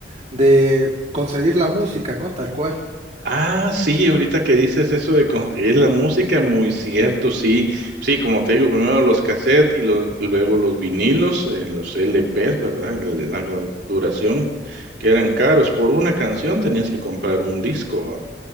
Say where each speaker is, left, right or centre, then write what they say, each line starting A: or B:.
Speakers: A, on the right (about 40°); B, on the right (about 65°).
A: de concebir la música, ¿no? Tal cual.
B: ah, sí, ahorita que dices eso de conseguir la música, muy cierto, sí. Sí, como te digo, primero los cassettes y los- luego los vinilos, eh, los LPs, ¿verdad? La duración, que eran caros. Por una canción tenías que comprar un disco.